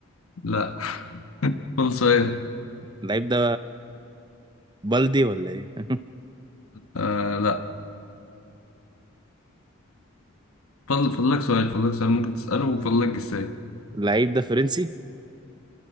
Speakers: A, on the left; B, on the right.
A: لا فاضل سؤال
B: اللعيب ده بلدي ولا ايه <laughs>
A: آه لا فاضل فاضل لك سؤال فاضل لك سؤال ممكن تسأله وفاضل لك جساي
B: اللعيب ده فرنسي